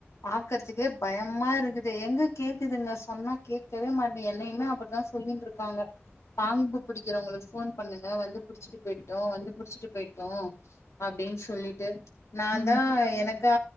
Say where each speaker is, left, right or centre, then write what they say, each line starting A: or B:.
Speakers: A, on the left; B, on the left.
A: பாக்கறதுக்கே பயமா இருக்குது எங்க கேக்குதுங்க சொன்னா கேட்கவே மாட்டே யுமே அப்டித்தான் சொல்லி இருக்காங்க பாம்பு புடிக்கிறவங்களு போன் பண்ணுங்க வந்து புடிச்சிட்டு போயிட்டும் வந்து புடிச்சிட்டு போயிட்டும் அப்டின்னு சொல்லிட்டு நான்
B: ஆ
A: தான்
B: அப்ப சொல்லு
A: எனக்கா